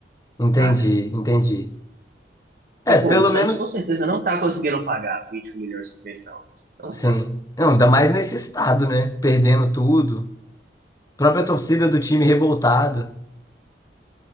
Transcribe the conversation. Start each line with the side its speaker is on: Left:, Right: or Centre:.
Left: entendi,
Right: saca?
Left: entendi. É,
Right: Porque, pô,
Left: pelo
Right: o Santos
Left: menos,
Right: com certeza não tá conseguindo pagar 21 milhões de pensão. Não
Left: sim.
Right: tá.
Left: Não,
Right: Com certeza.
Left: ainda mais nesse estado, né? Perdendo tudo. Própria torcida do time revoltada